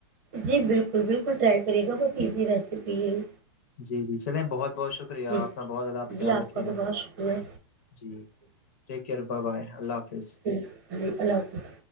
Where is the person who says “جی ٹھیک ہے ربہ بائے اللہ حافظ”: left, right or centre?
Left